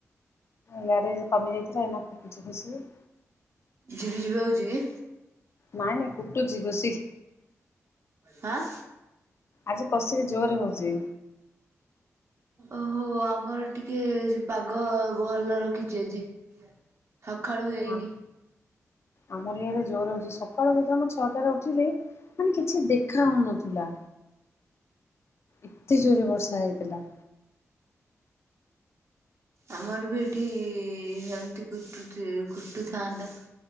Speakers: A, on the left (about 50°); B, on the right (about 50°).
A: ଇଆଡ଼େ କମିଯାଇଥିଲା ଏଇନା କୁଟୁଚି କସିକି।
B: ଝିପି ଝିପି ହଉଛି କି?
A: ନାଇଁ ନାଇଁ କୁଟୁଛିି ବେସି
B: ହାଁ?
A: ଆଜି କଷିକି ଜୋରରେ ହଉଛି।
B: ଓହୋ ଆମର ଟିକେ ପାଗ ଭଲ ରଖିଛି ଆଜି। ସକାଳୁ ହେଇନି।
A: ନା ଆମର ଇଆରେ ଜୋର ହଉଛି ସକାଳ ଯେତେବେଳେ ମୁଁ ଛଅଟାରେ ଉଠିଲି ମାନେ କିଛି ଦେଖା ହଉନଥିଲା। ଏତେ ଜୋରେ ବର୍ଷା ହେଇଥିଲା।
B: ଆମର ବି ଏଠି ସେମିତି କୁ କୁଟୁଥାନ୍ତା।